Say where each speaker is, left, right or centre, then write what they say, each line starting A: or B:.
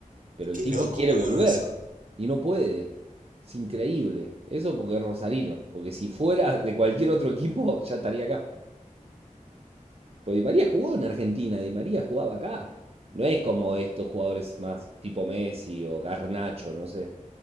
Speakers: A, on the right; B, on the right.
A: Pero el
B: Qué
A: tipo
B: loco,
A: quiere
B: boludo,
A: volver
B: eso.
A: y no puede. Es increíble. Eso porque es rosarino. Porque si fuera de cualquier otro equipo, ya estaría acá. Pues Di María jugó en Argentina, Di María jugaba acá. No es como estos jugadores más tipo Messi o Garnacho, no sé,